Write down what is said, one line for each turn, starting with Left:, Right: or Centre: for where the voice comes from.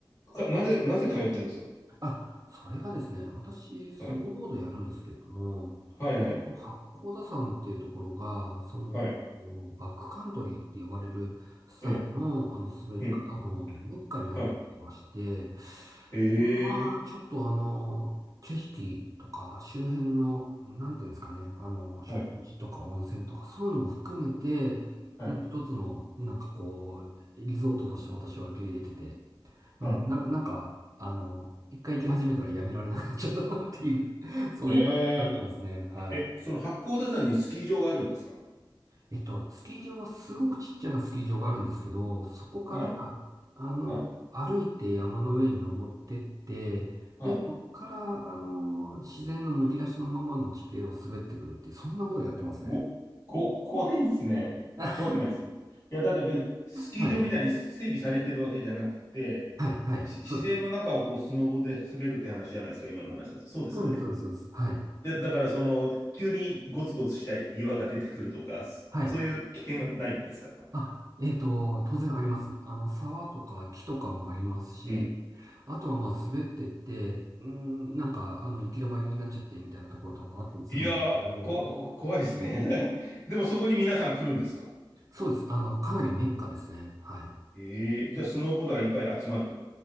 Left: かなぜ、なぜ通ってるんですか
Right: あ、それがですね、私、スノーボードやるんですけれども、
Left: はい。はいはい。
Right: 八甲田山っていうところが、その、
Left: はい。
Right: バックカントリーって呼ばれるスタイルの、
Left: ええ。
Right: あの、滑り方のメッカになってまして、
Left: うん。はい。ええ。
Right: まあ、ちょっとあの、景色とか周辺の、なんていうんですかね、あの、食事とか温泉とかそういうのも含めて、
Left: はい。はい。
Right: うん一つの、なんかこう、リゾートとして私は受け入れてて、
Left: はい。
Right: うん、な、なんか、あの、一回行き始めたらやめられなくなっちゃったなっていう <laughs> そういう場所になってますね。
Left: え
Right: はい。
Left: え。え、その八甲田山にスキー場があるんですか
Right: えっと、スキー場はすごくちっちゃなスキー場があるんですけど、そこから、
Left: はい。
Right: あの、
Left: はい。
Right: 歩いて山の上に登ってって、
Left: はい。
Right: で、そこから、あの、自然のむき出しのままの地形を滑ってくるっていう、そんなことやってますね。
Left: お、こ、怖いですね。
Right: <laughs>
Left: 怖くないですね。いや、だって別にスキー場みたいに整備されてるわけじゃなくて、
Right: はい。はい、はい。
Left: し自然の中をこうスノボで滑るって話じゃないですか、
Right: そう
Left: 今の話だと。そうですよね。
Right: そうです、そうです。そうですはい。
Left: で、だからその、急にゴツゴツした岩が出てくるとか、そういう危険はないんですか
Right: はい。あ、えっと、当然あります。あの、沢とか木とかもありますし、
Left: うん。
Right: あとはまあ滑ってって、うーん、なんかあの行き止まりになっちゃってみたいなところとかもあったりするのを、
Left: いやー、こわこ怖いですね。<laughs> でもそこに皆さん来るんですか
Right: そうです。あの、かなりメッカですね。はい。
Left: ええーじゃあスノーボーダーいっぱい集まる。